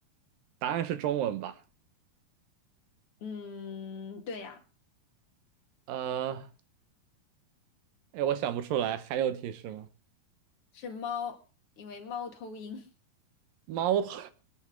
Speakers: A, on the right (about 70°); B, on the left (about 45°).
A: 答案是中文吧？
B: 嗯，对呀，
A: 呃，哎，我想不出来，还有提示吗？
B: 是猫，因为猫头鹰，
A: 猫头，